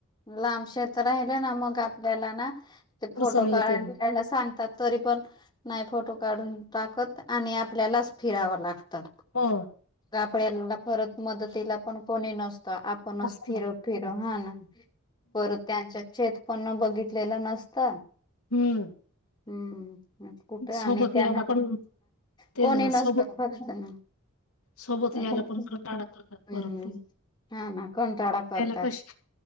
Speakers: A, on the left (about 20°); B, on the left (about 75°).
A: लांब शेत राहिले ना मग आपल्याला ना ते
B: अडचण
A: फोटो
B: येते
A: काढय <unintelligible> सांगतात तरी पण नाही फोटो काढून टाकत आणि आपल्यालाच फिरावं लागतं.
B: हो.
A: आपल्याला परत मदतीला पण कोणी नसतं आपणच
B: असत.
A: फिरो फिरो
B: मग
A: हा ना. पर त्यांच्या शेत पण बघितलेलं नसत.
B: हम्म.
A: हम्म. कुठे
B: सोबत
A: आणि त्यांना
B: यायला पण ते
A: कोणी
B: ना
A: नसत
B: सोबत
A: खर ना.
B: सोबत
A: अ
B: यायला
A: हम्म.
B: पण कंटाळा करतात परत ते
A: हा ना कोण कंटाळा करतात.
B: खायला कशी